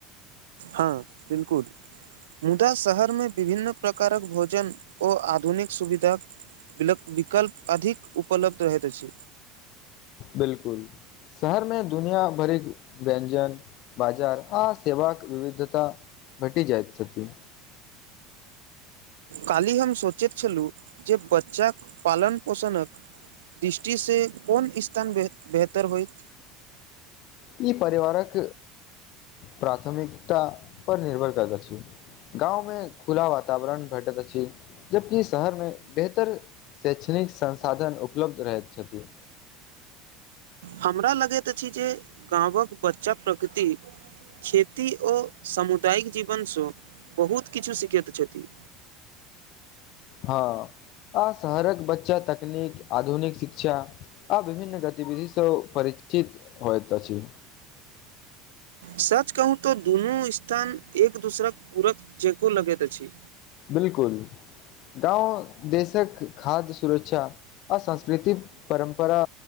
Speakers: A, on the right; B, on the left.
A: हँ बिल्कुल मुदा शहर मे विभिन्न प्रकारक भोजन ओ आधुनिक सुविधक विकल्प अधिक उपलब्ध रहैत अछि
B: बिल्कुल शहरमे दुनिया भरिक व्यञ्जंन बाजार आ सेवाक विविधता भेटि जाइत छथि
A: काल्हि हम सोचैत छलु जे बच्चाक पालन पोषणक दृष्टि से कोन इस्थान बेहत बेहतर होइत
B: ई परिवारक प्राथमिकता पर निर्भर करैत अछि गाँव में खुला वातावरण भेटत अछि जबकि शहरमे बेहतर शैक्षणिक संसाधन उपलब्ध रहैत छथि
A: हमरा लगैत अछि जे गाँवक बच्चा प्रकृति खेती ओ सामुदायिक जीवनसँ बहुत किछो सीखैत छथि
B: हँ आ शहरक बच्चा तकनीक आधुनिक शिक्षा आ विभिन्न गतिविधि स परिचित होइत अछि
A: सच कहू तो दुनू स्थान एक दोसरक पूरक चको लगैत अछि
B: बिल्कुल गाँव देशक खाद्य सुरक्षा आ संस्कृतिक परम्परा